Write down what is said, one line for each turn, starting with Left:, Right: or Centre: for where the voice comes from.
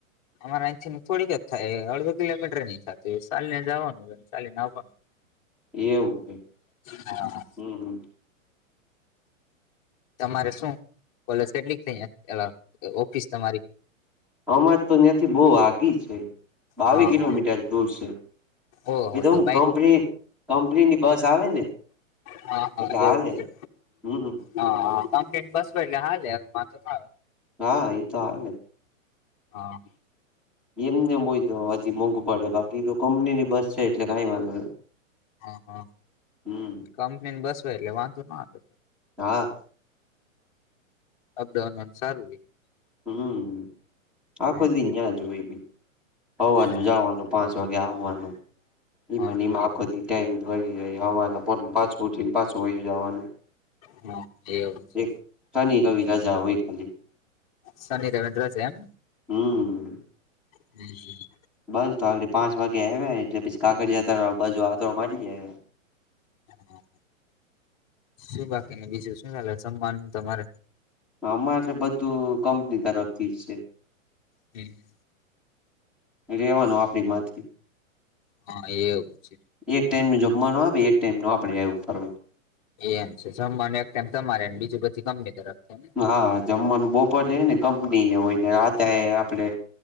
Left: અમારા આહીંથી ન થોડીક જ થાય અડધો કિલોમીટર ની થતી સાલી ન જવાનુંન ચાલીન આવવાનું.
Centre: એવું એમ.
Left: હા.
Centre: હમ હમ.
Left: તમારે શું કોલેજ કેટલીક થઈ ઓફિસ તમારી.
Centre: અમાર જ તો યાથી બહુ આઘી છે બાવી
Left: હા
Centre: કિલોમીટર
Left: હા
Centre: દૂર છે.
Left: ઓહો
Centre: એ તો હું
Left: બાઈક
Centre: કંપની કંપનીની બસ આવે ને.
Left: હા હા
Centre: એટલે હાલે
Left: એવું છે
Centre: હમ
Left: હાહા કંપનીન બસ હોયન એટલે હાલે વાંધો ન આવે.
Centre: હા ઈ તો હાલેન.
Left: હા.
Centre: એમને બય તો હજી મોંઘું પડે બાકી તો કંપનીની બસ છે એટલે કઈ વાંધો
Left: હ હા
Centre: હમ
Left: કંપની ને બસ હોય એટલે વાંધો ના આવે.
Centre: હા.
Left: અપડાઉનન સારું રે.
Centre: હમ આ
Left: હમ
Centre: ખોદી ન્યાજ હોય ભી. હવારનું
Left: હા
Centre: જાવાનું પાંચ વાગે આવવાનું
Left: હા
Centre: ઈમન
Left: હા
Centre: ઈમાં આખો
Left: એવું
Centre: દી ટાઈમ વહી જઈ હવારના પોરમાં પાછું ઉઠી ન પાછું વય જવાનું.
Left: હમ એવું છે.
Centre: એક શનિ રવિ રજા હોય ખાલી.
Left: શનિ રવિ ની રજા એમ.
Centre: હમ.
Left: હમ હમ.
Centre: બસ તો આગલી પાંચ વાગે આવે એટલે પછી કાકરિયા તળાવ બાજુ આંટો મારી જાય હવે.
Left: હું. શું બાકી ને બીજું શું ચાલે સમાન તમારે?
Centre: અમારે બધું કંપની તરફ થી છે.
Left: હું.
Centre: રહેવાનું આપણી માંથી.
Left: હા એવું છે.
Centre: એક ટાઈમ નો જમવાનો આપે એક ટાઈમ નો આપડી ઉપર હોય.
Left: એમ છે, જમવાનું એક ટાઈમ તમારેને બીજું પછી કંપની ની તરફ છે ને.
Centre: હા જમવાનું બપોરે છે, ને કંપની એ હોય ને રાતે એ આપણે